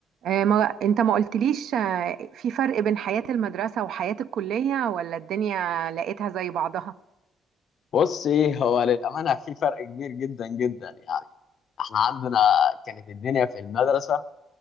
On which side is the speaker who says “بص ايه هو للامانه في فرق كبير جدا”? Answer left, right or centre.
Left